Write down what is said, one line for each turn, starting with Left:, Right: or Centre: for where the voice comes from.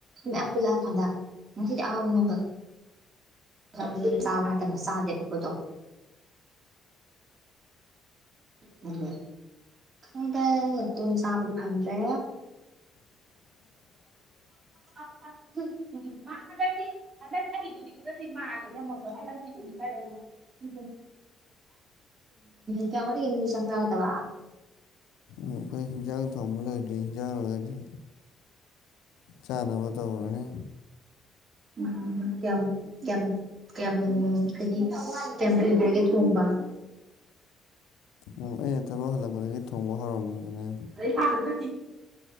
Right: ꯌꯥꯝ ꯄꯂ ꯐꯥꯟꯗ ꯉꯁꯤꯗꯤ ꯑꯍꯥꯎꯕ ꯅꯗꯣ ꯑꯗꯨꯝ ꯆꯥꯕ ꯅꯠꯇꯅ ꯆꯥꯗꯦꯕ ꯑꯩꯈꯣꯏꯗꯣ ꯃꯗꯨ <inaudible> ꯐꯪꯗꯦ ꯑꯗꯨꯝ ꯆꯥꯕꯗꯤ ꯐꯪꯗ꯭ꯔꯦ
Left: <inaudible>
Right: <unintelligible> <unintelligible> ꯎꯝ ꯀꯌꯥꯝ ꯋꯥꯠꯂꯤꯒꯦ ꯅꯣꯢꯗꯤ ꯆꯥꯛ ꯆꯥꯒꯗꯕ
Left: ꯑꯩꯈꯣꯏ ꯍꯟꯖꯥꯡ ꯊꯣꯡꯕ ꯂꯩꯗ꯭ꯔꯤ ꯍꯟꯖꯥꯡꯒꯗꯤ ꯆꯥꯅꯕ ꯇꯧꯔꯅꯤ
Right: ꯎꯝ ꯌꯥꯝ ꯌꯥꯝ ꯀꯌꯥꯝ ꯍꯥꯏꯗꯤ ꯀꯌꯥꯝ ꯀꯨꯏꯈ꯭ꯔꯒꯦ ꯊꯣꯡꯕ
Left: ꯑꯣ ꯑꯩꯅ ꯊꯕꯛ ꯍꯜꯂꯛꯄꯗꯒꯤ ꯊꯣꯡꯕ ꯍꯧꯔꯝꯃꯕꯅꯦ
Right: <unintelligible>